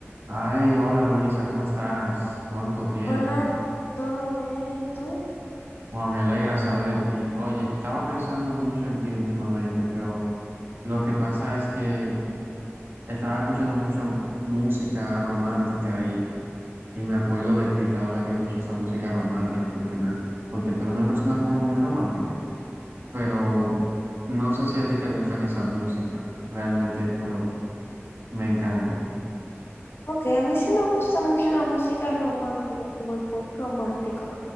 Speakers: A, on the right; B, on the left.
A: Ay, hola Luisa, ¿cómo estás? ¿Cuánto tiempo?
B: Hola, ¿todo bien? ¿Y tú?
A: Wow, me alegra saber de ti. Oye, estaba pensando mucho en ti últimamente, pero lo que pasa es que estaba escuchando mucho música romántica y, y me acuerdo de ti cada vez que escucho esa música romántica, porque me, porque tú eres una persona como muy romántica, pero no sé si a ti te gustan esa música, realmente, pero me encantan.
B: Ok, a mí sí me gusta mucho la música romántica, como el pop romántico.